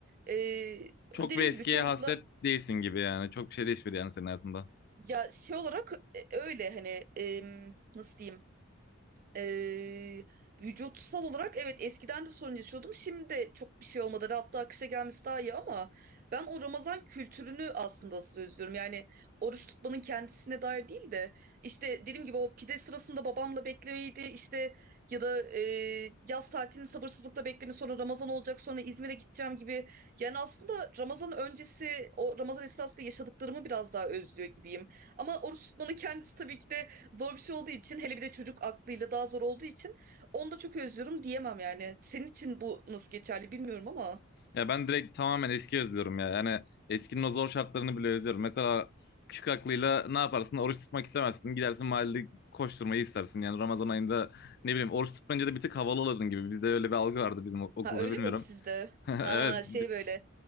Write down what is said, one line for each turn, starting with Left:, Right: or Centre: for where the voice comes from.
Right: e,
Left: Çok
Right: dediğim
Left: bir eskiye
Right: gibi çoğunlukla
Left: hasret değilsin gibi yani. Çok bir şey değişmedi yani senin hayatında.
Right: ya şey olarak e, öyle hani e, nasıl diyeyim Ee, vücutsal olarak evet eskiden de sorun yaşıyordum. Şimdi de çok bir şey olmadı. Hatta akışa gelmesi daha iyi ama ben o Ramazan kültürünü aslında asıl özlüyorum. Yani oruç tutmanın kendisine dair değil de işte dediğim gibi o pide sırasında babamla beklemeydi işte ya da e, yaz tatilini sabırsızlıkla bekleme sonra Ramazan olacak sonra İzmir'e gideceğim gibi. Yani aslında Ramazan öncesi o Ramazan esnasında yaşadıklarımı biraz daha özlüyor gibiyim. Ama oruç tutmanın kendisi tabii ki de zor bir şey olduğu için hele bir de çocuk aklıyla daha zor olduğu için onu da çok özlüyorum diyemem yani. Senin için bu nasıl geçerli bilmiyorum ama.
Left: Ya ben direkt tamamen eski özlüyorum ya. Yani eskinin o zor şartlarını bile özlüyorum. Mesela küçük aklıyla ne yaparsın? Oruç tutmak istemezsin. Gidersin mahallede koşturmayı istersin. Yani Ramazan ayında ne bileyim oruç tutmayınca da bir tık havalı olurdun gibi. Bizde öyle bir algı vardı bizim okulda
Right: Ha öyle
Left: bilmiyorum.
Right: miydi sizde?
Left: <laughs> Evet
Right: Ha şey böyle